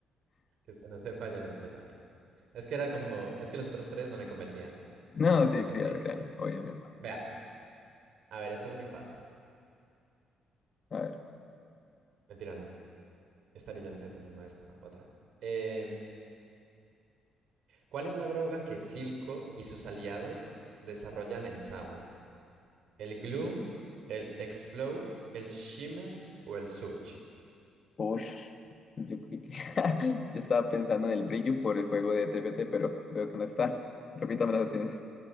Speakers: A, on the right; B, on the left.
A: que usted no sepa ya no es cosa mía. Es que era como, es que los otros tres no me convencían.
B: No,
A: Entonces,
B: sí,
A: pues
B: claro,
A: sí.
B: claro, obviamente.
A: Vea, a ver, esta es muy fácil.
B: A ver.
A: Mentira, no. Esta ni yo la sé, entonces no, esa no, otra. Em, ¿cuál es la droga que Silco y sus aliados desarrollan en Sound? ¿El Gloom, el X-Flow, el Shimmer o el Surge?
B: Uy, yo creí que... <laughs> yo estaba pensando en el brillo por el juego de TPT, pero veo que no está. Repítame las opciones.